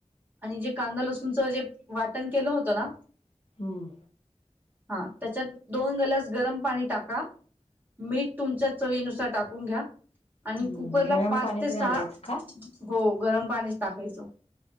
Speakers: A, on the right; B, on the left.
A: आणि जे कांदा लसूणचं जे वाटण केलं होतं ना
B: हम्म
A: हा त्याच्यात दोन ग्लास गरम पाणी टाका मीठ तुमच्या चवीनुसार ून घ्या
B: हं.
A: आणि कुकरला
B: गरम
A: पाच
B: पाणीच
A: ते सहा
B: घालायचं का?
A: हो गरम पाणीच टाकायचो.